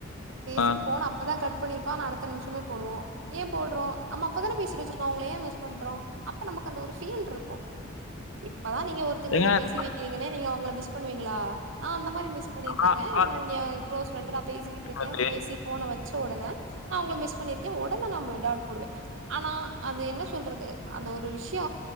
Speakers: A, on the right; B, on the left.
A: பேசிட்டு
B: ஆ
A: போன அப்பதா கட் ட் பண்ணிருப்பா அடுத்த நிம்ஷமே போடுவோ ஏ போட்றோ நம்ம அப்பதான பேசிட்டு வச்சிருக்கோ அவுங்கள ஏ மிஸ் பண்றோ அப்ப நமக்கு அந்த ஒரு ஃபீல் இருக்கு இப்பதா நீங்க ஒருத்தங்களிட்ட
B: ஏங்க நான்
A: பேசி வைக்கிறீங்கன நீங்க அவங்கள மிஸ் பண்வீங்களா நா அந்த மாதிரி மிஸ் பண்ணிருக்கீங்க
B: ஆ,
A: ஏ
B: ஆ,
A: ஞாய நீங்க க்ளோஸ் பண்ட் நா பேசிக்கிட்டு இருக்கே
B: வந்து,
A: பேசி போன வச் ச ஒடன நா ஒங்கள மிஸ் பண்ணிருக்கே ஓட் ட்டன நம்ம டாட் போடுவே ஆனா அது என்ன சொல்றது அந்த ஒரு விஷய